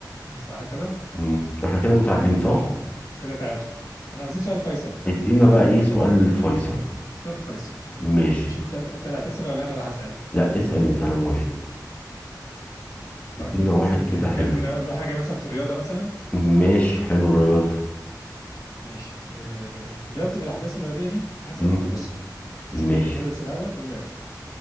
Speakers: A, on the left (about 60°); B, on the left (about 20°).
A: صح كده؟
B: مم. احنا كده متعادلين صح
A: كده تعادل أنا عايزين سؤال فيصل بقى
B: ادينا بقى ايه سؤال الفيصل
A: سؤال فيصل
B: ماشي
A: ماشي أنت أنت اللي هتسأل ولا أنا اللي هسأل؟
B: لا اسأل انت انا موافق
A: طيب
B: ادينا
A: عايزين
B: واحد كده
A: إن كان
B: حلو
A: نقول حاجة مثلا في الرياضة مثلا
B: ماشي حلو الرياضة
A: ماشي آه، نرتب الأحداث الرياضية دي حسب
B: مم.
A: حدوثها
B: ماشي
A: شوف إيه الحدث الأول والأخير